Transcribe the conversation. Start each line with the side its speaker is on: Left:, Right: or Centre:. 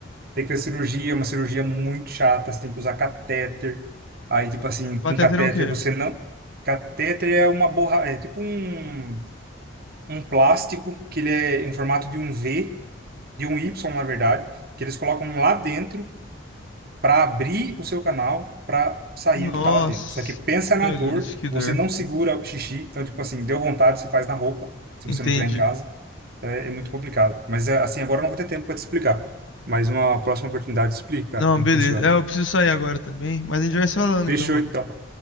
Right: tem que fazer cirurgia, é uma cirurgia muito chata, você tem que usar catéter. Aí, tipo assim,
Left: Catéter
Right: com catéter
Left: é o quê?
Right: você não. Catéter é uma borra, é tipo um um plástico que ele é em formato de um V, de um Y, na verdade, que eles colocam lá dentro para abrir o seu canal para sair
Left: Nossa,
Right: o que está lá dentro. Só que pensa
Left: meu
Right: na dor,
Left: Deus, que dor.
Right: você não segura o xixi, então, tipo assim, deu vontade, você faz na roupa, se
Left: Entendi.
Right: você não tiver em casa. Então, É, é muito complicado. Mas, é, assim, agora eu não vou ter tempo para te explicar. Mas uma próxima oportunidade te explico, cara,
Left: Não,
Right: como
Left: beleza.
Right: funciona.
Left: É, eu preciso sair agora também, mas a gente vai se falando
Right: Fechou,
Left: então, mano.
Right: então.